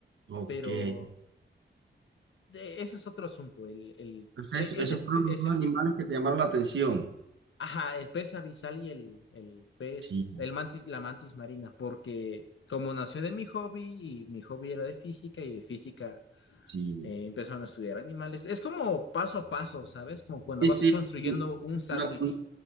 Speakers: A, on the right (about 75°); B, on the left (about 80°).
A: ok.
B: pero
A: Entonces,
B: de- ese es otro asunto. El, el, e-
A: eso-
B: ese,
A: esos
B: pe-
A: fueron los
B: ese,
A: dos animales
B: pe-
A: que te llamaron la atención.
B: ajá, el pez abisal y el, el pez,
A: Sí,
B: el mantis, la mantis marina, porque como nació de mi hobby y mi hobby era de física y de física
A: sí.
B: eh, empezaron a estudiar animales. Es como paso a paso, ¿sabes? Como cuando
A: Sí,
B: vas
A: sí,
B: construyendo un sándwich.
A: una,